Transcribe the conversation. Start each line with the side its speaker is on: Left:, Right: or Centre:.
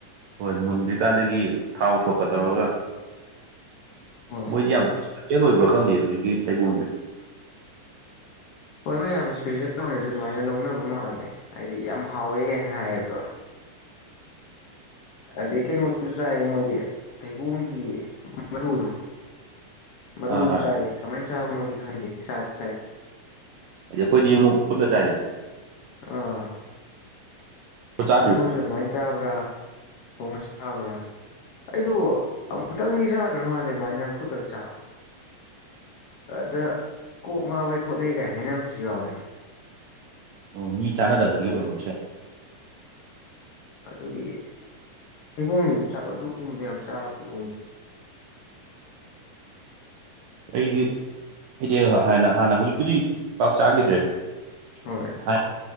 Right: ꯍꯣꯏ ꯃꯨꯟꯗ꯭ꯔꯤꯀꯥꯟꯗꯒꯤ ꯊꯥꯎ ꯁꯣꯛꯀ ꯇꯧꯔꯒ
Left: ꯍꯣꯏ
Right: ꯃꯣꯏꯗꯤ ꯌꯥꯝ <unintelligible> ꯑꯣꯏꯕ꯭ꯔꯥ ꯈꯪꯗꯦ ꯍꯧꯖꯤꯛꯀꯤ ꯊꯩꯕꯣꯡꯁꯦ
Left: ꯍꯣꯏ ꯃꯥ ꯌꯥꯝ ꯏꯁꯄꯤꯁꯤꯌꯦꯜ ꯑꯣꯏꯅꯁꯨ ꯑꯗꯨꯃꯥꯏꯅ ꯂꯧꯅꯕ ꯃꯥꯜꯂꯦ ꯍꯥꯏꯗꯤ ꯌꯥꯝ ꯍꯥꯎꯋꯦ ꯒꯥꯏꯅ ꯍꯥꯏꯌꯦꯕ ꯑꯗꯩ ꯀꯩꯅꯣꯁꯨ ꯆꯥꯏꯌꯦ ꯃꯣꯏꯗꯤ ꯇꯩꯕꯣꯡꯒꯤ ꯃꯔꯨꯗꯣ ꯃꯔꯨꯗꯨ
Right: ꯑꯥ ꯑꯥ
Left: ꯆꯥꯏ ꯀꯃꯥꯏꯅ ꯆꯥꯕꯅꯣꯗꯤ ꯈꯪꯗꯦ ꯆꯥꯗꯤ ꯆꯥꯏ
Right: ꯍꯥꯏꯗꯤ ꯑꯩꯈꯣꯏꯗꯤ ꯑꯃꯨꯛ ꯐꯠꯅ ꯆꯥꯏꯗꯅ
Left: ꯑꯥ
Right: ꯐꯨꯠ ꯆꯥꯗ꯭ꯔꯤꯕꯣ
Left: ꯍꯣꯏ ꯃꯣꯏꯁꯨ ꯑꯗꯨꯃꯥꯏꯅ ꯆꯥꯕ꯭ꯔꯥ ꯊꯣꯡꯉ ꯆꯥꯕ꯭ꯔꯥ ꯑꯩꯗꯣ ꯑꯃꯨꯛꯇꯪꯗꯤ ꯆꯥꯈ꯭ꯔꯕ ꯃꯥꯜꯂꯦ ꯑꯗꯨꯃꯥꯏꯅ ꯐꯨꯠꯂꯒ ꯆꯥꯕꯗ ꯑꯗ ꯀꯣꯛ ꯉꯥꯎꯋꯦ ꯈꯣꯠꯂꯦ ꯒꯥꯏ ꯍꯥꯏꯅꯕꯁꯨ ꯌꯥꯎꯋꯦ
Right: ꯑꯣ ꯃꯤ ꯆꯥꯟꯅꯗꯕꯒꯤ
Left: ꯑꯗꯣ
Right: ꯑꯣꯏ ꯑꯃꯨꯛꯁꯦ
Left: ꯑꯗꯨꯒꯤ ꯍꯩꯕꯣꯡ ꯌꯣꯡꯆꯥꯛ ꯑꯗꯨꯒꯨꯕꯗꯤ ꯌꯥꯝ ꯆꯥꯕꯗꯤ ꯑꯣꯏꯗꯦ
Right: ꯨꯑꯩꯒꯤ ꯑꯩꯗꯤ ꯍꯥꯏꯅ ꯍꯥꯟꯅ ꯍꯨꯖꯤꯛꯄꯨꯗꯤ ꯄꯥꯛ ꯆꯥꯒꯤꯗ꯭ꯔꯦ
Left: ꯍꯣꯏ
Right: ꯊꯥꯏꯅ